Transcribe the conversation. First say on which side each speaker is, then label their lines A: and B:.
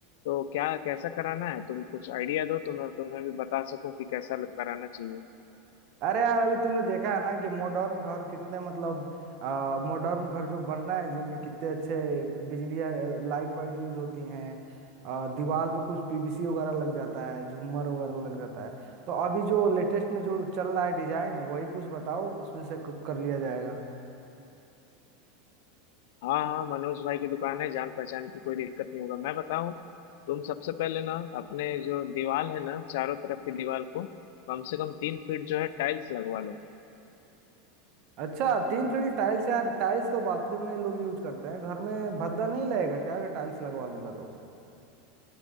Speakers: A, on the left; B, on the right.
A: तो क्या कैसा कराना है तुम कुछ आइडिया दो तो मैं तुम्हें भी बता सकूं कि कैसा लग- कराना चाहिए
B: अरे यार अभी तुमने देखा है ना कि मॉडर्न घर कितने मतलब आ, मॉडर्न घर जो बन रहा है जिनमें कितने अच्छे बिजली लाइट वाइट यूज होती हैं आ, दीवार पे कुछ पीवीसी वगैरह लग जाता है झूमर वगैरह लग जाता है तो अभी जो लेटेस्ट में जो चल रहा है डिजाइन वही कुछ बताओ उसमें से क- कर लिया जाएगा
A: हाँ हाँ मनोज भाई की दुकान है जान पहचान की कोई दिक्कत नहीं होगा मैं बताऊं तुम सबसे पहले ना अपने जो दीवार है ना चारों तरफ की दीवार को कम से कम तीन फीट जो है टाइल्स लगवा लो
B: अच्छा तीन फील्ड टाइल्स यार टाइल्स तो बाथरूम में लोग यूज करते हैं घर में भद्दा नहीं लगेगा क्या अगर टाइल्स लगवा लूंगा तो